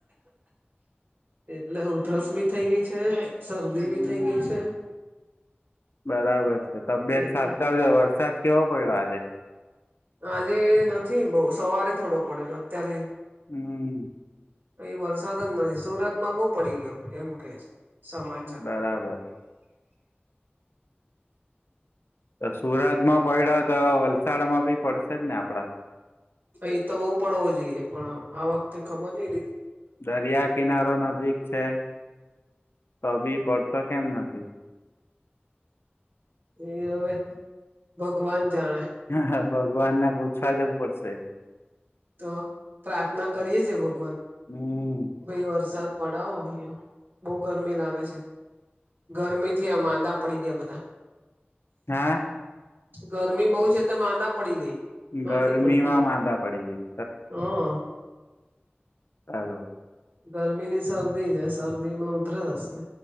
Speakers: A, on the right (about 55°); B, on the left (about 70°).
A: એટલે ઉધરસબી થઈ ગઈ છે શરદી
B: હમ
A: બી થઈ ગઈ છે
B: બરાબર છે તબિયત
A: એટલે
B: સાચવજો વરસાદ કેવો પડ્યો આજે
A: આજે નથી બહુ સવારે થોડો પડેલો અત્યારે
B: હમ
A: અહી વરસાદ જ નથી સુરતમાં બહુ પડી ગયો એમ કે છે સમાચાર
B: બરાબર તો સુરત માં પડ્યો તો વલસાડમાં બી પડશે જ ને આપડા
A: અહી તો બહુ પડવો જોઈએ પણ આ વખતે ખબર નહ
B: દરિયા કિનારો નજીક છે તો બી પડતા કેમ નથી
A: એ હવે ભગવાન જાણે
B: હ હા ભગવાનને પૂછવા જવું પડશે
A: તો પ્રાર્થના કરીયે છેએ ભ
B: હમ હમ
A: ભાઈ વરસાદ પડાવો અહીંયા બઉ ગરમી લાગે છે ગરમીથી આ માંદા પડી ગયા બધા
B: હા
A: ગરમી બહુ છે તો માંદા પડી ગઈ માંદી
B: ગરમીમાં
A: પડી ગઈ હું
B: માંદા પડી ગયા
A: હા
B: ટાવર
A: ગરમી ની શરદી ને શરદીમાં ઉધરસ ને